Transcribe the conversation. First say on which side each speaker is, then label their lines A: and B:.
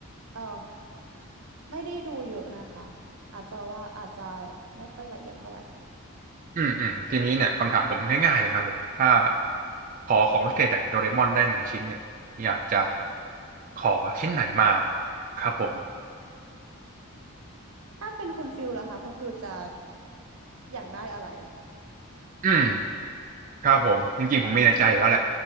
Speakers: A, on the right; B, on the right.
A: เอ่อไม่ได้ดูเยอะนะคะ อาจจะว่าอาจจะไม่ค่อยละเอียดเท่าไหร่
B: อืมอืมทีนี้เนี่ยคำถามผมง่ายๆเลยครับผมถ้าขอของพิเศษจากโดราเอมอนได้หนึ่งชิ้นเนี่ยอยากจะขอชิ้นไหนมาครับผม
A: ถ้าเป็นคุณฟิลล่ะคะคุณฟิลจะอยากได้อะไร
B: อืมครับผมจริงๆผมมีในใจอยู่แล้วแหละ